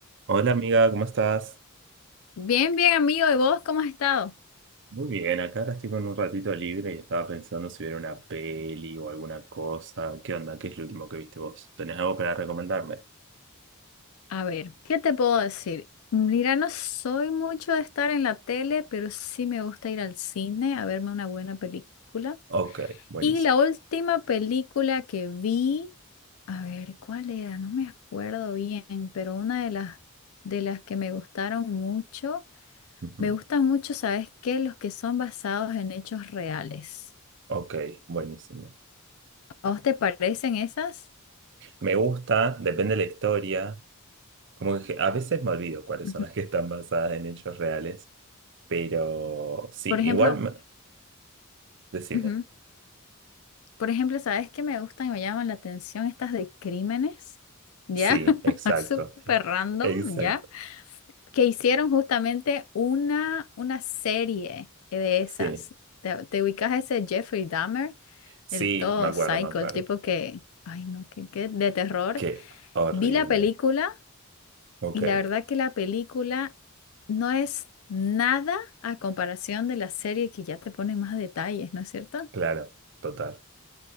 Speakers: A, on the right; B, on the left.
A: Hola amiga, ¿cómo estás?
B: Bien, bien, amigo. ¿Y vos cómo has estado?
A: Muy bien, acá ahora estoy con un ratito libre y estaba pensando si ver una peli o alguna cosa. ¿Qué onda? ¿Qué es lo último que viste vos? ¿Tenés algo para recomendarme?
B: A ver, ¿qué te puedo decir? Mira, no soy mucho de estar en la tele, pero sí me gusta ir al cine a verme una buena película.
A: Ok, buenísimo.
B: Y la última película que vi, a ver, ¿cuál era? No me acuerdo bien, pero una de las de las que me gustaron mucho,
A: Ujú.
B: me gustan mucho, ¿sabes qué? Los que son basados en hechos reales.
A: Ok, buenísimo.
B: ¿A vos te parecen esas?
A: Me gusta, depende de la historia. Como que a veces me olvido cuáles
B: Ujú.
A: son las que están basadas en hechos reales, pero sí,
B: Por ejemplo,
A: igual, me- decime.
B: ujú, Por ejemplo, ¿sabes qué me gustan y me llaman la atención? Estas de crímenes, ¿ya?
A: Sí,
B: <laughs>
A: exacto.
B: Súper
A: <laughs>
B: random,
A: Exacto.
B: ¿ya? Que hicieron justamente una, una serie de esas.
A: Sí,
B: ¿Te, te ubicas a ese Jeffrey Dahmer?
A: sí,
B: El todo
A: me acuerdo,
B: psycho,
A: me acuerdo.
B: el tipo que, ay no, que, que de terror.
A: Qué horrible.
B: Vi la película
A: Ok.
B: y la verdad que la película no es nada a comparación de la serie que ya te pone más detalles, ¿no es cierto?
A: Claro, total.